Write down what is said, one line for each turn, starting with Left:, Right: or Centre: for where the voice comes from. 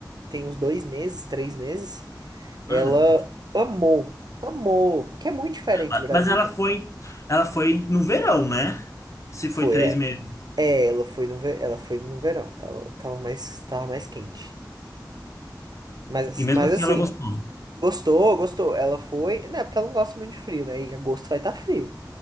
Right: tem uns dois meses, três meses, ela
Left: Ah, ela tá-
Right: amou, amou, porque é muito diferente
Left: Ah,
Right: de Brasília.
Left: Mas ela foi, ela foi no verão, né? Se
Right: Foi,
Left: foi três
Right: é,
Left: meses.
Right: é, ela foi no, ve- ela foi no verão, tava, tava mais, tava mais quente. Mas,
Left: E mesmo
Right: mas
Left: assim
Right: assim,
Left: ela gostou.
Right: gostou, gostou. Ela foi, né? porque ela não gosta muito de frio, né? E agosto vai estar frio.